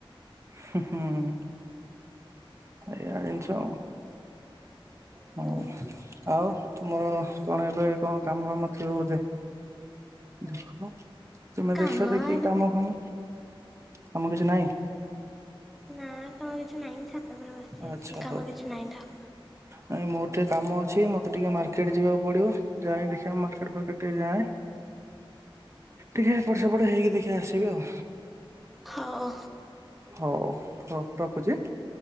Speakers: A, on the right; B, in the centre.
A: ହୁଁ ହୁଁ ଏଇଆ ଜିନିଷ ହଁ
B: ହୁଁ
A: ଆଉ ତୁମର କଣ ଏବେ କଣ କାମ ଫାମ ଥିବ ବୋଧେ ଦେଖ ତୁମେ
B: କାମ
A: ଦେଖ ଦେଖିକି
B: ଏବେ
A: କାମ ଫାମ କାମ କିଛି ନାହିଁ।
B: ନା କାମ କିଛି ନାଇଁ ମୁ ଛାତ ଉପରେ ବସିଛି
A: ଆଚ୍ଛା
B: ଆସି କାମ
A: ହଉ।
B: କିଛି ନାହିଁ ତ।
A: ନାଇଁ ମୋର ଟିକେ କାମ ଅଛି ମତେ ଟିକେ ମାର୍କେଟ ଯିବାକୁ ପଡିବ ଯାଇ ହଁ ଦେଖିବା ମାର୍କେଟ ଫାର୍କେଟ ଟିକେ ଯାଏ। ଟିକେ ଏପଟ ସେପଟ ହେଇକି ଦେଖା ଆସିବି ଆଉ।
B: ହଉ
A: ହୋଉ ହୋଉ ରଖୁଛି।